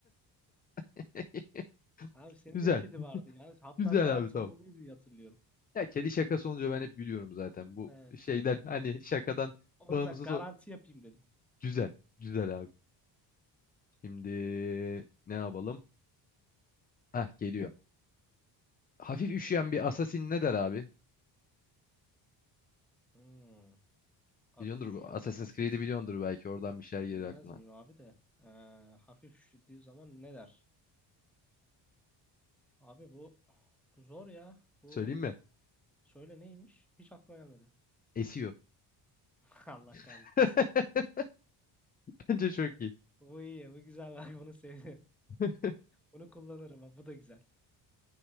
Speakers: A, on the left; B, in the centre.
A: <laughs>
B: Abi senin
A: Güzel.
B: de kedi vardı ya. Hatta
A: Güzel
B: bayağı
A: abi
B: tırmalıyordu
A: tamam.
B: diye hatırlıyorum.
A: Ya kedi şakası olunca ben hep gülüyorum zaten. Bu
B: Evet.
A: şeyden hani şakadan
B: O
A: bağımsız
B: yüzden garanti
A: o.
B: yapayım dedim.
A: Güzel. Güzel abi. Şimdi ne yapalım? Hah geliyor. Hafif üşüyen bir assassin ne der abi?
B: Hmm. Hafif
A: Biliyordur
B: üşüyen
A: bu. Assassin's
B: bir asas.
A: Creed'i biliyordur belki. Oradan bir şeyler gelir
B: Bilmez
A: aklına.
B: miyim abi de. Ee, hafif üşüdüğü zaman ne der? Abi bu bu zor ya. Bu
A: Söyleyeyim mi?
B: söyle neymiş? Hiç aklıma gelmedi.
A: Esiyor.
B: <laughs> Allah kahretsin.
A: <laughs> Bence çok iyi.
B: Bu iyi. Bu güzel. Bak bunu sevdim.
A: <laughs>
B: Bunu kullanırım. ha, Bu da güzel.